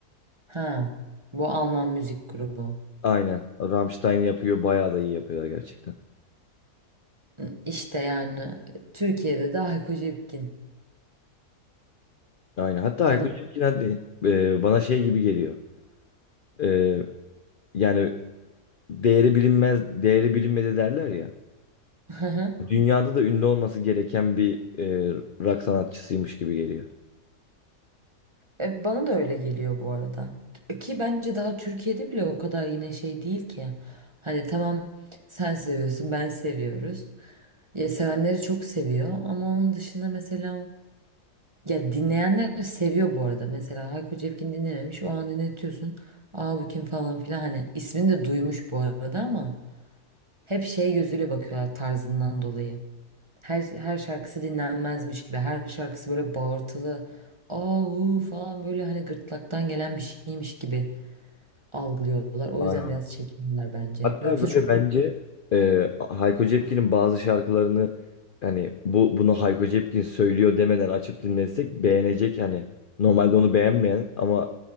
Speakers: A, on the right (about 20°); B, on the left (about 65°).
A: Ha, bu Alman müzik grubu.
B: Aynen. Rammstein yapıyor. Bayağı da iyi yapıyorlar gerçekten.
A: Hı, İşte yani Türkiye'de de Hayko Cepkin
B: Aynen. Hatta
A: adam.
B: Hayko Cepkin de e, bana şey gibi geliyor. E, yani değeri bilinmez, değeri bilinmedi derler ya.
A: <laughs> Hı hı.
B: Dünyada da ünlü olması gereken bir e, rock sanatçısıymış gibi geliyor.
A: E, Bana da öyle geliyor bu arada. Ki bence daha Türkiye'de bile o kadar yine şey değil ki. Hani tamam sen seviyorsun ben seviyoruz. Ya sevenleri çok seviyor ama onun dışında mesela ya dinleyenler seviyor bu arada. Mesela Hayko Cepkin dinlememiş o an dinletiyorsun. Aa bu kim falan filan hani ismini de duymuş bu arada ama hep şey gözüyle bakıyorlar tarzından dolayı. Her, her şarkısı dinlenmezmiş gibi. Her şarkısı böyle bağırtılı. Ahu falan böyle hani gırtlaktan gelen bir şeymiş gibi algılıyorlar. O
B: Aynen.
A: yüzden biraz çekiniyorlar bence.
B: Hatta
A: Yoksa
B: böyle
A: çok
B: bence
A: çok
B: e, Hayko Cepkin'in bazı şarkılarını hani bu bunu Hayko Cepkin söylüyor demeden açıp dinlesek beğenecek yani normalde onu beğenmeyen ama